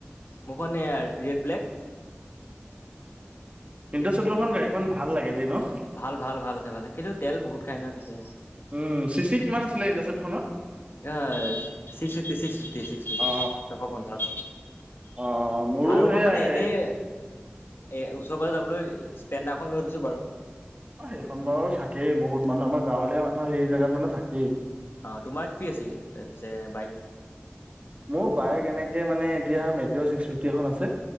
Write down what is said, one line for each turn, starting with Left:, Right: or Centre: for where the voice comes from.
Left: মখনে ৰেড ব্লোক
Right: <unintelligible> চত্ৰখন গাড়ীখন ভাল লাগিল দেই ন।
Left: ভাল ভাল ভাল আছে ভাল আছে কিন্তু তেল বহুত খাই নহ পিছে
Right: উম চি চি কিমান আছিলে ইণ্টাৰচেট ফোনৰ
Left: আ six fifty- six fifty- six fifty,
Right: অ
Left: ছশ পঞ্চাছ।
Right: অ মোৰো
Left: আৰু
Right: সেয়াই
Left: খ মানে এনেই এ ওচৰ পাজ যাবলৈ ষ্টেণ্ডাখন লৈ থৈছো বাৰু
Right: অ সেইখন বাৰু চাকেই বহুত মানুহ আমাৰ গাঁৱলীয়া মানুহৰ সেই জেগাত মানে থাকেই
Left: অ তোমাৰ কিি আছে পিছে বাইক
Right: মোৰ বাইক এনেকে মানে এতিয়া মেট ছিক্স ফিফটি এ আছে